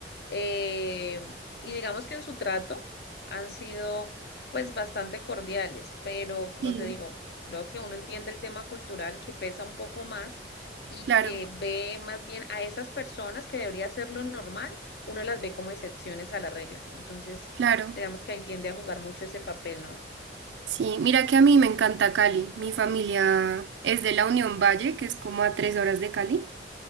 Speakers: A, on the left (about 65°); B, on the right (about 80°).
A: Eh, y digamos que en su trato han sido pues bastante cordiales, pero como
B: Sí.
A: te digo, creo que uno entiende el tema cultural que pesa un poco más y
B: Claro,
A: que ve más bien a esas personas que debería ser lo normal, uno las ve como excepciones a la regla. Entonces,
B: claro.
A: digamos que ahí tiende a jugar mucho ese papel, ¿no?
B: Sí, mira que a mí me encanta Cali. Mi familia es de la Unión Valle, que es como a tres horas de Cali.